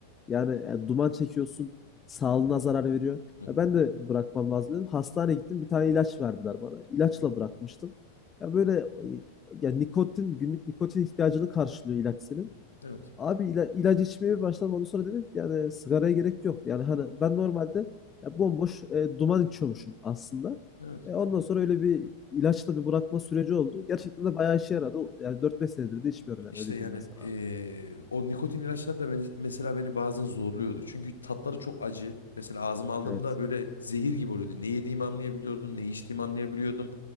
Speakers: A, on the left; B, on the left.
A: Yani e, duman çekiyorsun, sağlığına zarar veriyor.
B: hı hı,
A: Ya ben de bırakmam lazım dedim. Hastaneye gittim bir tane ilaç verdiler bana. İlaçla
B: hı hı.
A: bırakmıştım. Ya böyle e, ya nikotin günlük nikotin ihtiyacını karşılıyor ilaç senin.
B: Evet,
A: Abi ila- ilaç içmeye başlamadan sonra dedim ki yani sigaraya gerek yok. Yani hani ben normalde ya bomboş e, duman içiyormuşum aslında.
B: evet.
A: E, ondan sonra öyle bir ilaçla bir bırakma süreci oldu. Gerçekten de bayağı işe yaradı. Yani dört beş senedir de içmiyorum yani
B: İşte
A: öyle
B: yani
A: diyeyim ben sana
B: ee,
A: abi.
B: o nikotin ilaçları da beni, mesela beni bazen zorluyordu. Çünkü tatları çok acı. Mesela ağzıma aldığımda
A: Evet.
B: böyle zehir gibi oluyordu. Ne yediğimi anlayabiliyordum, ne içtiğimi anlayabiliyordum.